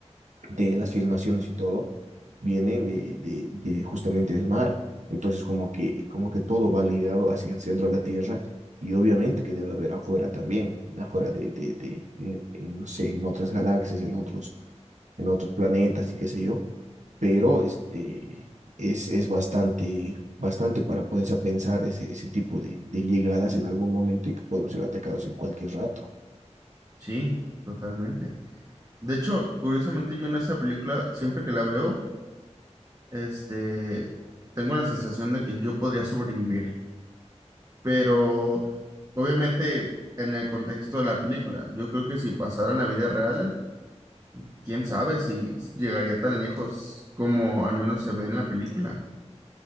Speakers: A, on the right (about 85°); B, on the right (about 30°).
A: de las filmaciones y todo vienen de, de, de justamente del mar. Entonces, como que, como que todo va ligado hacia el centro de la Tierra y obviamente que debe haber afuera también, afuera de, de, de, de, eh, no sé, en otras galaxias, en otros en otros planetas y qué sé yo, pero este, es, es bastante, bastante para ponerse a pensar ese, ese tipo de, de llegadas en algún momento y que podemos ser atacados en cualquier rato.
B: Sí, totalmente. De hecho, curiosamente yo en esa película, siempre que la veo, este, tengo la sensación de que yo podría sobrevivir, pero obviamente en el contexto de la película, yo creo que si pasara en la vida real, quién sabe si llegaría tan lejos como al menos se ve en la película.